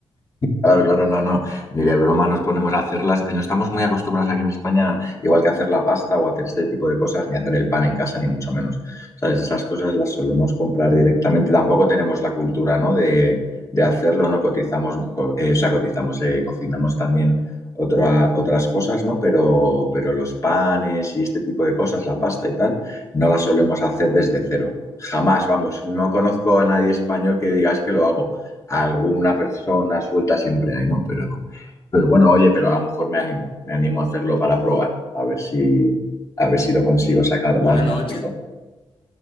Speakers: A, on the left (about 35°); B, on the left (about 65°).
A: Claro, claro, no, no, ni de broma nos ponemos a hacerlas. No estamos muy acostumbrados aquí en España, igual que hacer la pasta o hacer este tipo de cosas, ni hacer el pan en casa, ni mucho menos. ¿Sabes? Esas cosas las solemos comprar directamente. Tampoco tenemos la cultura, ¿no? De, de hacerlo, ¿no? Cotizamos, co- eh, o sea, cotizamos, eh, cocinamos también otra- otras cosas, ¿no? Pero, pero los panes y este tipo de cosas, la pasta y tal, no las solemos hacer desde cero. Jamás, vamos, no conozco a nadie español que diga es que lo hago alguna persona suelta siempre hay, ¿no? Pero, pero bueno, oye, pero a lo mejor me animo, me animo a hacerlo para probar, a ver si, a ver si lo consigo
B: U-
A: sacar
B: Una
A: más,
B: noche
A: más rico.